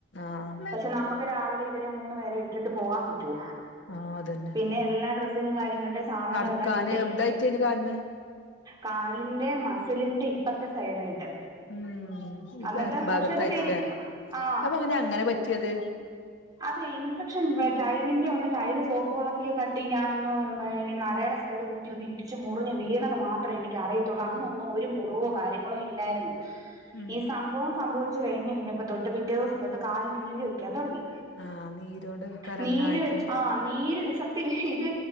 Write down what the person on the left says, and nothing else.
ആഹ്
ആഹ് അതന്നെ
നടക്കാന്
എവിടായിട്ടേന് കാല്മേ
മ് ഈ
ബേക്ക് ഭാഗത്തായിട്ട്ലെ
അപ്പൊ എങ്ങനെ അങ്ങനെ പറ്റിയത്?
ഉം
ഉം
ആഹ് നീരോണ്ട് ആക്കാരം
അങ്ങനെ ആയത്